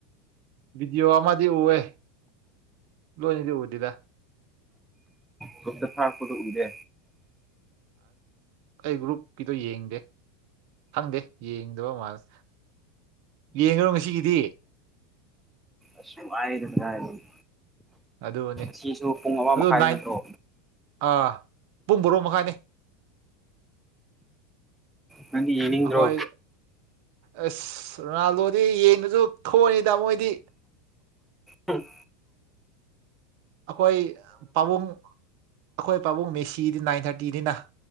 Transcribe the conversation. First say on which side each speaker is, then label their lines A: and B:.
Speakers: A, on the right (about 55°); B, in the centre.
A: ꯚꯤꯗꯤꯑꯣ ꯑꯃꯗꯤ ꯎꯑꯦ ꯅꯣꯏ ꯑꯅꯤꯗꯤ ꯎꯗꯦꯗ
B: ꯒ꯭ꯔꯨꯞꯇꯥ ꯊꯥꯔꯛꯄꯗꯣ ꯎꯗꯦ
A: ꯑꯩ ꯒ꯭ꯔꯨꯞꯀꯤꯗꯣ ꯌꯦꯡꯗꯦ ꯈꯪꯗꯦ ꯌꯦꯡꯗꯕ ꯃꯥꯜꯂꯦ ꯌꯦꯡꯉ꯭ꯔꯣ ꯉꯁꯤꯒꯤꯗꯤ
B: ꯑꯁ ꯋꯔꯦꯗꯥ ꯀꯥꯗꯥꯏꯗꯩꯅꯣ
A: ꯑꯗꯨꯅꯦ
B: ꯁꯤꯁꯨ ꯄꯨꯡ ꯑꯃ
A: ꯑꯗꯨ
B: ꯃꯈꯥꯏ
A: ꯅꯥꯏꯟ
B: ꯅꯠꯇ꯭ꯔꯣ
A: ꯑꯥ ꯄꯨꯡ ꯕꯣꯔꯣ ꯃꯈꯥꯏꯅꯤ
B: ꯅꯪꯗꯤ ꯌꯦꯡꯅꯤꯡꯗ꯭ꯔꯣ
A: ꯑꯩꯈꯣꯏ ꯑꯁ ꯔꯣꯅꯥꯜꯗꯣꯗꯤ ꯌꯦꯡꯗꯔ꯭ꯁꯨ <unintelligible> ꯃꯣꯏꯗꯤ
B: ꯎꯝ
A: ꯑꯩꯈꯣꯏ ꯄꯥꯕꯨꯡ ꯑꯩꯈꯣꯏ ꯄꯥꯕꯨꯡ ꯃꯦꯁꯤꯗꯤ ꯅꯥꯏꯟ ꯊꯥꯔꯇꯤꯅꯤꯅ